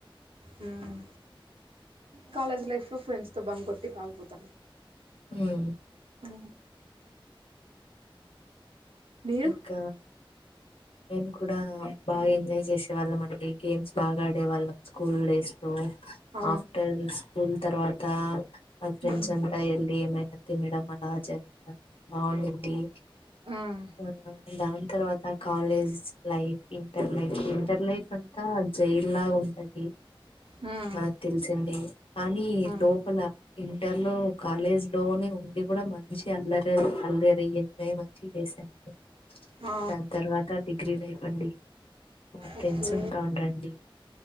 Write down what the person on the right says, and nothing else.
హ్మ్ కాలేజ్ లైఫ్లో ఫ్రెండ్స్ తో బంక్ గొట్టి బాగపోత
ఆ మీరు
ఆ
మ్మ్
మ్మ్
మ్మ్
మ్మ్
ఆ
ఓకే